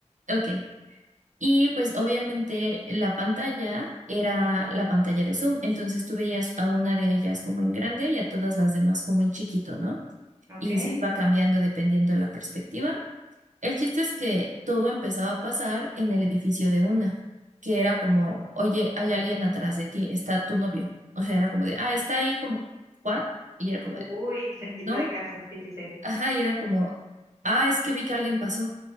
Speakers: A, on the right (about 75°); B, on the right (about 25°).
A: ok. Y pues obviamente la pantalla era la pantalla de Zoom. Entonces tú veías a una de ellas como en grande y a todas las demás como en chiquito, ¿no?
B: ok.
A: y se iba cambiando dependiendo de la perspectiva. El chiste es que todo empezaba a pasar en el edificio de una, que era como, oye, hay alguien atrás de ti, está tu novio. O sea, era como de, ah, está ahí como, ¿what? Y era como
B: Uy,
A: de,
B: cerquita
A: no,
B: de casa, sí, sí, sí.
A: ajá, y era como, ah, es que vi que alguien pasó.